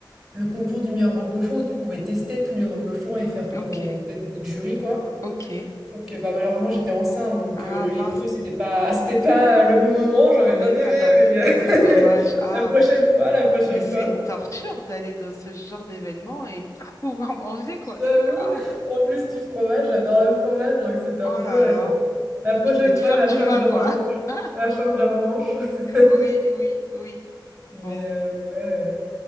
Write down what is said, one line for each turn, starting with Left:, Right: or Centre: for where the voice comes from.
Centre: le concours du meilleur reblochon où tu pouvais tester tous les reblochons et faire ton...
Left: ok.
Centre: Peut-être t'étais le jury, quoi.
Left: Ok.
Centre: Sauf que bah, malheureusement, j'étais enceinte, donc
Left: Ah
Centre: euh, le
Left: mince,
Centre: lait cru, c'était pas, <laughs> c'était pas le bon moment. J'aurais
Left: oui,
Centre: bien aimé,
Left: t'as pas pu
Centre: mais euh,
Left: goûter, dommage.
Centre: <laughs>
Left: Ah,
Centre: la prochaine fois, la prochaine
Left: mais c'est
Centre: fois.
Left: une torture d'aller dans ce genre d'événement et pas <laughs> pouvoir manger, quoi.
Centre: J'avoue,
Left: C'est oh,
Centre: en plus du fromage, j'adore le fromage, donc c'était un
Left: oh
Centre: peu...
Left: là là.
Centre: euh, bon. La
Left: Oui,
Centre: prochaine
Left: tu voulais te
Centre: fois,
Left: faire
Centre: la
Left: du
Centre: charge
Left: mal,
Centre: de revanche.
Left: quoi. <laughs>
Centre: La charge de revanche. <laughs>
Left: Oui, oui, oui. Bon,
Centre: Mais euh, ouais.